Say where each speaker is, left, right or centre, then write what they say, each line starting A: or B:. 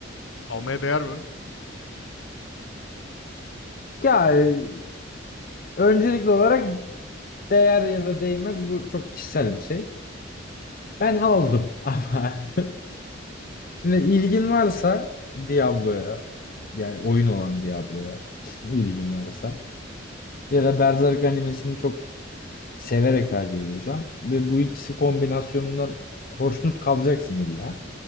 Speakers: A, on the left (about 75°); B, on the left (about 50°).
A: Almaya değer mi?
B: Ya e, öncelikli olarak değer ya da değmez bu çok kişisel bir şey. Ben aldım <laughs> ama şimdi ilgin varsa Diablo'ya yani oyun olan Diablo'ya <laughs> ilgin varsa ya da Berserk animesini çok severek takip ediyorsan ve bu ikisi kombinasyonundan hoşnut kalacaksın illa.